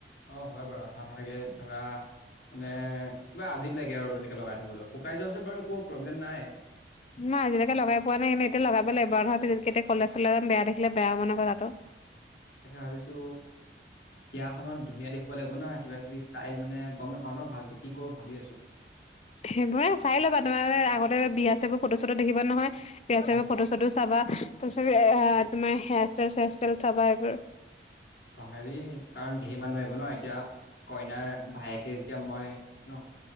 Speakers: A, on the left (about 65°); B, on the left (about 35°).
A: অ 'হয় বাৰু, আঠা আঠা লাগে ধৰা মানে কিবা আজি লাগে আৰু এনেক লগাই থবলৈ শুকাই যোৱাৰ পিছত ক একো প্ৰব্লেম নাই
B: মই আজিলৈকে লগাই পোৱা নাই ন এতিয়া লগাবলৈাগ এবাৰ নহোৱাৰ পিছত কেতিয়া কলেজ চলৈলে যাম বেয়া দেখিলে বেয়া হ'ব নহয় কথাটো।
A: তাকে ভাবিছো বিয়াখনত ধুনীয়া দেখিব লাগিব না কিবা কিবি ষ্টাইল মানে গম নাপাওঁ ন ভালকে কি কৰো ভাবি আছো।
B: সেইবোৰে চাই ল'বা। তোমাৰ আগতে বিয়া চবোৰ ফটো চটো দেখিবা নহয়। পেয়াচেভ
A: উম
B: ফটো চটো চাবা তাৰ পিছত এ তোমাৰ হেয়াৰ ষ্টাইল চেয়াৰ ষ্টাইল চাবা এইবোৰ
A: পাহাৰৰি কাৰণ ঢেৰ মানুহ আহিব ন এতিয়া কইনাৰ ভায়েকে যেতিয়া মই ন